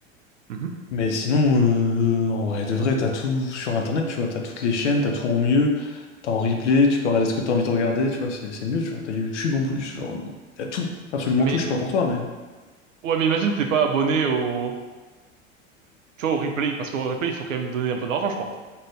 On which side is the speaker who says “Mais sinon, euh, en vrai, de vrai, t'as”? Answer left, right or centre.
Left